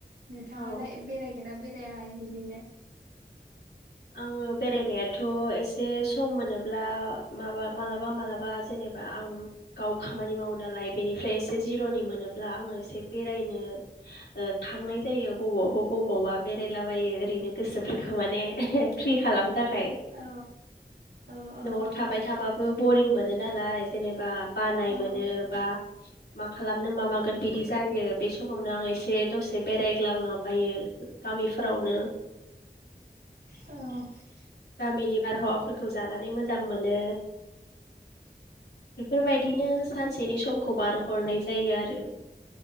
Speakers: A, on the right; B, on the left.
A: नोंथाङालाय
B: औ
A: बेरायगोना बेरा जाया हाय बिदिनो
B: आङो बेरायनायाथ एसे सम मोनो ब्ला मा माबा मालाबा मालाबा जेनेबा आं गाव खामानि मावो नालाय बेनिफ्राय एसे जिरनि मोनोब्ला आङो एसे बेरायनो ओ थांनाय जायो। बबावबा बबावबा बेराय लाबायो ओरैनो गोसोफोरखौ माने <unintelligible> फ्रि खालाम थाखाय
A: औ औ औ
B: नआव थाबाय थाबाबो बरिं मोनो नालाय जेनेबा बानाय
A: औ
B: मोनो बा मा खालामनो मा मागोन बिदि जायो। बे समावनो आं एसे दसे बेरायग्लांलाबायो गामिफोरावनो।
A: औ
B: गामिनि बारहावाफोरखौ जानानै मोजां मोनो। बेफोरबायदिनो सानसेनि समखौ बार हरनाय जायो आरो।